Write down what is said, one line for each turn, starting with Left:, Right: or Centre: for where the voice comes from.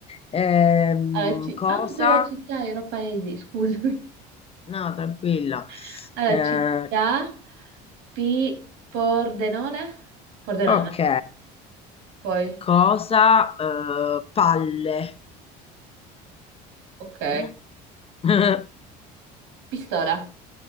Left: Ehm,
Right: Alla ci-
Left: cosa?
Right: ah, ma tu eri la città, io ero paesi, scusami.
Left: No, tranquilla.
Right: <laughs> Alla
Left: Eh,
Right: città, P, Pordenone? Pordenone,
Left: ok.
Right: poi,
Left: Cosa? eh, palle.
Right: ok.
Left: Palle? <laughs>
Right: Pistola.